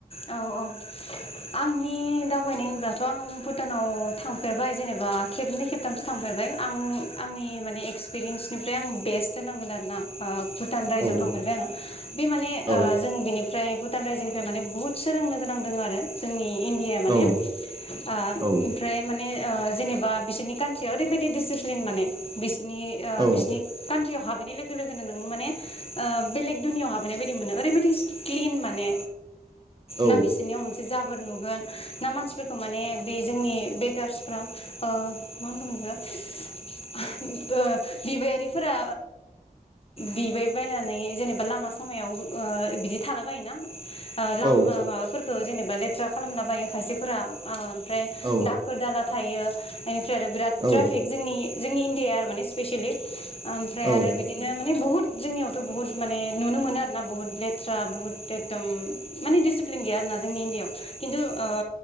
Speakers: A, on the left; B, on the right.
A: औ औ आंनि दावबायनाय होनब्लाथ' आं भुटानाव थांफेरबाय जेनेबा खेबनै खेबथामसो थांफेरबाय आं आंनि माने एक्सपिरियेन्सनिफ्राय आं बेस्ट होनांगोन आरोना‌ ओ भुतान रायजोआव
B: औ
A: थांफेरबाय आङो बे माने
B: औ
A: ओ जों बिनिफ्राय भुटान रायजोनिफ्राय माने बुहुत सोलोंनो गोनां दों आरो जोंनि इण्डिया माने
B: औ
A: ओ
B: औ
A: ओमफ्राय माने ओ जेनेबा बिसोरनि कान्ट्रियाव ओरैबायदि डिसिप्लिन माने बिस नि
B: औ
A: बिसिनि कान्ट्रियाव हाब हाबहैनाय लोगो लोगोनो नों माने बेलेग दुनियाव हाबैनाय बायदि मोनो ओरैबायदि क्लिन माने
B: औ
A: ना बिसिरनियाव मोनसे जाब जाबोर नुगोन ना मानसिफोरखौ माने बे जोंनि बेगार्सफ्रा ओ मा होनगोन आं बेखौ बिबायारिफोरा बिबायबायनानै जेनेबा लामा सामायाव ओ बिदि थाला बायोना ओ लाम
B: औ
A: माबाफोरखौ जेनेबा बा लेथ्रा खालामना बायो खायसेफोरा ओ फ्राय
B: औ
A: दाखोर दाला थायो इनिफ्राय आरो बिराद
B: औ
A: ट्राफिक जोंनि जोंनि इण्डियााया आरो माने स्पेसियेलि ओमफ्राय
B: औ
A: आरो बिदिनो माने बहुत जोंनियावथ' बुहुत माने नुनो मोनो आरो ना बुहुत लेथ्रा बुहुत एकदम मानि दिसिप्लिन गैया आरोना जोंनि इण्डियाआव खिन्थु ओ